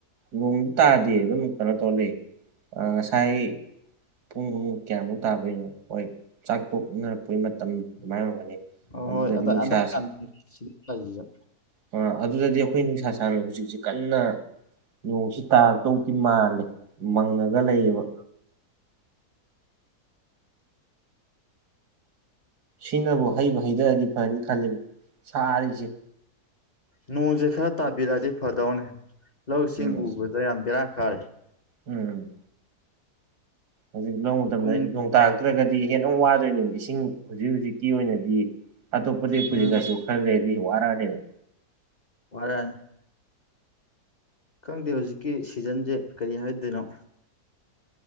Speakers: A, on the right (about 85°); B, on the left (about 30°).
A: ꯅꯣꯡꯗꯤ ꯇꯥꯗꯦ ꯑꯗꯨꯝ ꯀꯩꯅꯣ ꯇꯧꯔ ꯂꯩ ꯑ ꯉꯁꯥꯏ ꯄꯨꯡ ꯀꯌꯥꯃꯨꯛ ꯇꯥꯕꯩꯅꯣ ꯍꯣꯏ ꯆꯥꯛ ꯇꯣꯛꯅꯔꯛꯄꯩ ꯃꯇꯝ ꯑꯗꯨꯃꯥꯏꯅ ꯑꯣꯏꯔꯝꯒꯅꯤ
B: ꯑꯣ
A: ꯑꯗꯨꯗꯗꯤ
B: ꯍꯣꯏ ꯑ
A: ꯅꯨꯡꯁꯥ
B: ꯑꯗꯥꯏ ꯀꯥꯟꯗ ꯁꯤꯗ <unintelligible>
A: ꯑꯥ ꯑꯗꯨꯗꯗꯤ ꯑꯩꯈꯣꯏ ꯅꯨꯡꯁꯥ ꯁꯥꯔꯦ ꯍꯧꯖꯤꯛꯁꯤ ꯀꯟꯅ ꯅꯣꯡꯁꯤ ꯇꯥꯔꯛꯇꯧ ꯁꯤ ꯃꯥꯜꯂꯦ ꯃꯪꯉꯒ ꯂꯩꯌꯦꯕ ꯁꯤꯅꯕꯨ ꯍꯩꯕꯨ ꯍꯩꯗꯔꯗꯤ ꯐꯅꯤ ꯈꯜꯂꯤꯝ ꯁꯥꯔꯤꯁꯦ
B: ꯅꯣꯡꯁꯦ ꯈꯔ ꯇꯥꯕꯤꯔꯛꯑꯗꯤ ꯐꯗꯧꯅꯦ ꯂꯧ ꯁꯤꯡ
A: ꯎꯝ
B: ꯎꯕꯗ ꯌꯥꯝ ꯕꯦꯔꯥ ꯀꯥꯔꯦ
A: ꯎꯝ ꯍꯧꯖꯤꯛ ꯂꯧ ꯃꯇꯝꯗ
B: ꯀꯨꯡ
A: ꯅꯣꯡ ꯇꯥꯔꯛꯇ꯭ꯔꯒꯗꯤ ꯍꯦꯟꯅ ꯑꯃꯨꯛ ꯋꯥꯗꯣꯏꯅꯦꯕ ꯏꯁꯤꯡ ꯍꯧꯖꯤꯛ ꯍꯧꯖꯤꯛꯀꯤ ꯑꯣꯏꯅꯗꯤ ꯗꯤ ꯑꯇꯣꯞꯄꯗꯩꯩ ꯄꯨꯁꯤꯜꯂꯁꯨ
B: ꯎꯝ
A: ꯈꯔ ꯂꯩꯔꯗꯤ ꯋꯥꯔꯛꯑꯅꯤꯕ
B: ꯋꯥꯔꯛ ꯑꯅꯤ ꯈꯪꯗꯦ ꯍꯧꯖꯤꯛꯀꯤ ꯁꯤꯖꯟꯁꯦ ꯀꯔꯤ ꯍꯥꯏꯗꯣꯏꯅꯣ